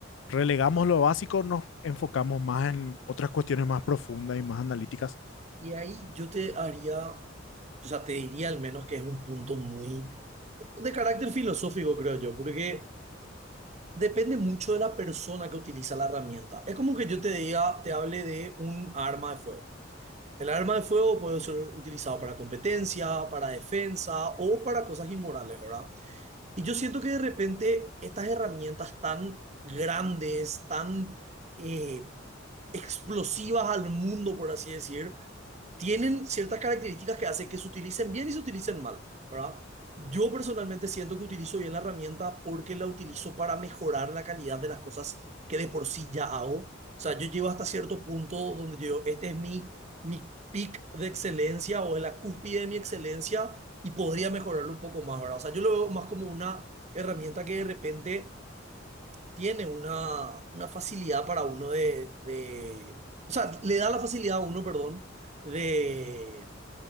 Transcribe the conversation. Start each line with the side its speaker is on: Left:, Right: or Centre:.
Left: relegamos lo básico, nos enfocamos más en otras cuestiones más profundas y más analíticas?
Right: Y ahí yo te haría, o sea, te diría al menos que es un punto muy de carácter filosófico, creo yo, porque depende mucho de la persona que utiliza la herramienta. Es como que yo te diga, te hable de un arma de fuego. El arma de fuego puede ser utilizado para competencia, para defensa o para cosas inmorales, ¿verdad? Y yo siento que de repente estas herramientas tan grandes, tan eh, explosivas al mundo, por así decir, tienen ciertas características que hacen que se utilicen bien y se utilicen mal, ¿verdad? Yo personalmente siento que utilizo bien la herramienta porque la utilizo para mejorar la calidad de las cosas que de por sí ya hago. O sea, yo llego hasta cierto punto donde yo, este es mi, mi pic de excelencia o es la cúspide de mi excelencia y podría mejorarlo un poco más, ¿verdad? O sea, yo lo veo más como una herramienta que de repente tiene una, una facilidad para uno de, de, o sea, le da la facilidad a uno, perdón, de,